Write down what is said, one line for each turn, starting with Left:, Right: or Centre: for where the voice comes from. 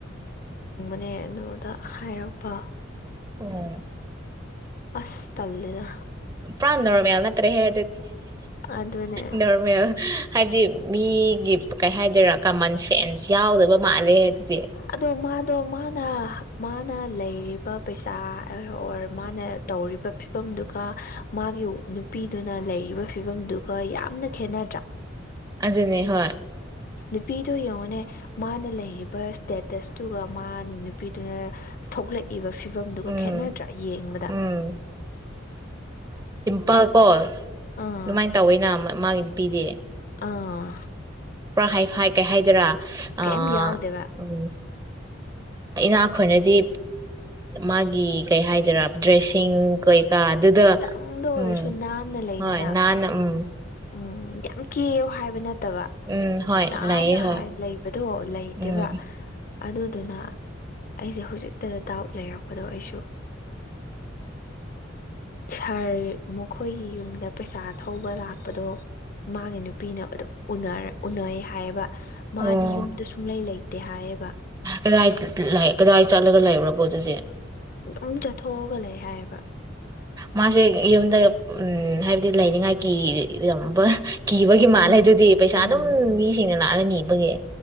Left: ꯅꯦ ꯑꯗꯨꯗ ꯍꯥꯏꯔꯛꯄ
Right: ꯑꯣ
Left: ꯑꯁ ꯇꯝꯗ
Right: ꯄ꯭ꯔꯥꯟ ꯅꯣꯃꯦꯅꯠꯇꯦ ꯍꯦ
Left: ꯑꯗꯨꯅꯦ
Right: ꯅꯣꯔꯃꯦꯜ ꯍꯥꯏꯕꯗꯤ ꯃꯤꯒꯤ ꯀꯩ ꯍꯥꯏꯗꯣꯏꯔꯥ ꯀꯃꯟ ꯁꯦꯟꯁ ꯌꯥꯎꯗꯕ ꯃꯥꯜꯂꯦ ꯑꯗꯨꯗꯤ
Left: ꯑꯗꯣ ꯃꯥꯗꯣ ꯃꯥꯅ ꯃꯥꯅ ꯂꯩꯔꯤꯕ ꯄꯩꯁꯥ ꯑꯣꯔ ꯃꯥꯅ ꯇꯧꯔꯤꯕ ꯐꯤꯕꯝꯗꯨꯒ ꯃꯥꯒꯤ ꯅꯨꯄꯤꯗꯨꯅ ꯂꯩꯔꯤꯕ ꯐꯤꯕꯝꯗꯨꯒ ꯌꯥꯝꯅ ꯈꯦꯠꯅꯗ꯭ꯔꯥ
Right: ꯑꯖꯅꯤ ꯍ
Left: ꯅꯨꯄꯤꯗꯨꯣ ꯌꯦꯡꯉꯨꯅꯦ ꯃꯥꯅ ꯂꯩꯔꯤꯕ ꯏꯁꯇꯦꯇꯁꯇꯨꯒ ꯃꯥꯅꯤ ꯅꯨꯄꯤꯗꯨꯅ ꯊꯣꯛꯂꯛꯏꯕ ꯐꯤꯕꯝꯗꯨꯒ
Right: ꯎꯝ
Left: ꯈꯦꯠꯅꯗ꯭ꯔꯥ ꯌꯦꯡꯕꯗ
Right: ꯎꯝ ꯇ ꯀ
Left: ꯑꯥ
Right: ꯑꯗꯨꯃꯥꯏꯅ ꯇꯧꯋ ꯅ ꯃꯥꯒꯤ ꯄꯤꯔꯦ
Left: ꯑꯥ
Right: ꯐꯔ ꯍꯥꯏ ꯐꯥꯏ ꯀꯩ ꯍꯥꯏꯗꯔꯥ
Left: ꯀꯩꯝ
Right: ꯑꯥ
Left: ꯌꯥꯎꯗꯦꯕ
Right: ꯎꯝ ꯏꯅꯥꯈꯣꯏꯅꯗꯤ ꯃꯥꯒꯤ ꯀꯩ ꯍꯥꯏꯗꯣꯏꯔ ꯗ꯭ꯔꯦꯁꯤꯡ ꯀꯣꯏ ꯀ ꯑꯗꯨꯗ
Left: ꯈꯤꯇꯪꯗ ꯑꯣꯏꯔꯁꯨ
Right: ꯎꯝ
Left: ꯅꯥꯟꯅ ꯂꯩꯗꯅ
Right: ꯍꯣꯏ ꯍꯥꯟꯅ ꯎꯝ
Left: ꯎꯝ ꯌꯥꯝ ꯀꯦꯌꯨ ꯍꯥꯏꯕ ꯅꯠꯇꯦ ꯅꯠꯇꯕ
Right: ꯎꯝ ꯍꯣꯏ
Left: ꯅꯥꯅ
Right: ꯂꯩꯌꯦ ꯍꯣꯏ
Left: ꯍꯥꯏ ꯂꯩꯕꯗꯣ ꯂꯩꯇꯦꯕ
Right: ꯎꯝ
Left: ꯑꯗꯨꯗꯨꯅ ꯑꯩꯁꯦ ꯍꯧꯖꯤꯛꯇꯗ ꯗꯥꯎꯠ ꯂꯩꯔꯛꯄꯗꯣ ꯑꯩꯁꯨ ꯁꯥꯔ ꯃꯈꯣꯏꯒꯤ ꯌꯨꯝꯗ ꯄꯩꯁꯥ ꯊꯧꯕ ꯂꯥꯛꯄꯗꯣ ꯃꯥꯒꯤ ꯅꯨꯄꯤꯅ ꯑꯗꯨꯝꯔ ꯎꯅꯩ ꯍꯥꯏꯕ ꯃꯥꯗꯤ
Right: ꯑꯣ
Left: ꯌꯨꯝꯗ ꯁꯨꯡꯂꯩ ꯂꯩ ꯇꯤ ꯍꯥꯏꯌꯦꯕ
Right: ꯀꯗꯥꯏ ꯀꯗꯥꯏ ꯆꯠꯂꯒ ꯂꯩꯕꯔꯕꯣ ꯑꯗꯨꯗꯤ
Left: ꯑꯗꯨꯝ ꯆꯠꯊꯣꯛꯑꯒ ꯂꯩ ꯍꯥꯏꯌꯦꯕ
Right: ꯃꯥꯁꯦ ꯌꯨꯝꯗ ꯎꯝ ꯍꯥꯏꯕꯗꯤ ꯂꯩꯥꯏꯅꯤꯡꯉꯥꯏ ꯀꯔꯝꯕ ꯀꯤꯕꯒꯤ ꯃꯥꯜꯂꯦꯗꯨꯗꯤ
Left: ꯎꯝ
Right: ꯄꯩꯁꯥ
Left: ꯎꯝ
Right: ꯑꯗꯨꯝ ꯃꯤꯁꯤꯡꯅꯅ ꯂꯅꯥꯅꯤ ꯏꯕꯒꯦ